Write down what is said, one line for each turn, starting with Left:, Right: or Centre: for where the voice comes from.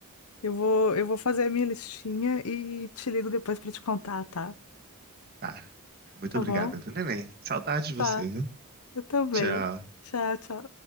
Left: Eu vou, eu vou fazer a minha listinha e te ligo depois pra te contar, tá?
Right: Tá. Muito
Left: Tá
Right: obrigada,
Left: bom?
Right: viu, neném? Saudade de você,
Left: Tá,
Right: viu?
Left: eu também.
Right: Tchau.
Left: Tchau, tchau.